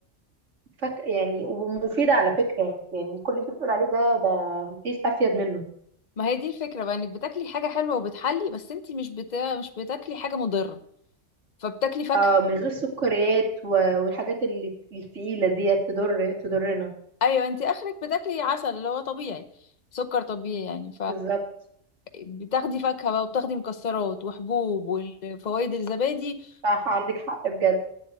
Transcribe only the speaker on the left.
ما هي دي الفكره بقى انك بتاكلي حاجه حلوه وبتحلي بس انت مش بتا... مش بتاكلي حاجه مضره فبتاكلي فاكهه
ايوه انت اخرك بتاكلي عسل اللي هو طبيعي سكر طبيعي يعني
فبتاخدي فاكهه بقى وبتاخدي مكسرات وحبوب والفوائد الزبادي